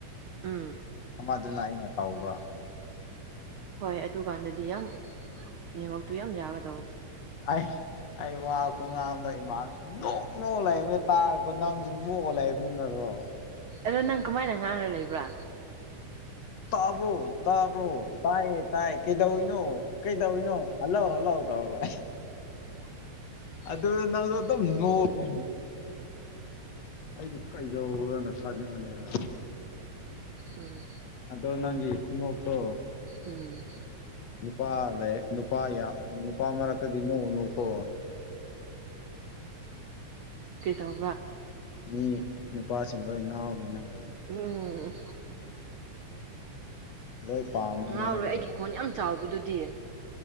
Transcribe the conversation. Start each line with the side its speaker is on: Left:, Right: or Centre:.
Right: ꯎꯝ
Left: ꯑꯃꯗꯨꯅ ꯑꯩꯅ ꯇꯧꯕ ꯫
Right: ꯍꯣꯏ ꯑꯗꯨꯀꯥꯟꯗꯗꯤ ꯌꯥꯝ ꯅꯦꯠꯋꯥꯛꯇꯨ ꯌꯥꯝ ꯌꯥꯒ
Left: ꯑꯩ ꯑꯩ ꯋꯥ ꯈꯨꯡꯉꯥꯡꯗꯣ ꯏꯃꯥꯅꯕ ꯅꯣꯛ ꯅꯣꯛꯑ ꯂꯩꯕꯅꯦ ꯇꯥꯔꯒꯀꯣ ꯅꯪꯖꯨ ꯅꯣꯛꯑ ꯂꯩꯕꯅꯤꯅꯔꯣ
Right: ꯑꯗꯣ ꯅꯪ ꯀꯃꯥꯏꯅ ꯉꯥꯡꯔꯥ ꯂꯩꯕ꯭ꯔꯥ
Left: ꯇꯥꯕ꯭ꯔꯣ ꯇꯥꯕ꯭ꯔꯣ ꯇꯥꯏꯌꯦ ꯇꯥꯏ ꯀꯩꯗꯧꯏꯅꯣ ꯀꯩꯗꯧꯏꯅꯣ ꯫ ꯍꯜꯂꯣ ꯍꯜꯂꯣ ꯇꯧꯎꯔꯂꯥ ꯑꯗꯨꯗ ꯅꯪꯗꯣ ꯑꯗꯨꯝ ꯅꯣꯛꯑ ꯑꯩꯗꯤ ꯀꯩꯗꯧꯔꯕꯅꯣꯅ ꯆꯪꯕꯅꯦ ꯫
Right: ꯎꯝ
Left: ꯑꯗꯣ ꯅꯪꯒꯤ ꯈꯨꯅꯣꯛꯇꯣ
Right: ꯎꯝ
Left: ꯅꯨꯄꯥ ꯂꯩ ꯅꯨꯄꯥ ꯌꯥꯝ ꯅꯨꯄꯥ ꯃꯔꯛꯇꯗꯤ ꯅꯣꯛꯎꯅꯨꯀꯣ
Right: ꯀ꯭ꯔꯤ ꯇꯧꯕ꯭ꯔꯥ
Left: ꯃꯤ ꯅꯨꯄꯥꯁꯤꯡꯗ ꯉꯥꯎꯅꯤ ꯅꯪꯕꯨ
Right: ꯎꯝ
Left: ꯂꯣꯏ ꯄꯥꯝꯃꯅꯤ
Right: ꯉꯥꯎꯔꯣꯏ
Left: ꯅꯪꯕꯨ
Right: ꯑꯩꯒꯤ ꯈꯣꯟ ꯌꯥꯝ ꯆꯥꯎꯕꯗꯨꯗꯤ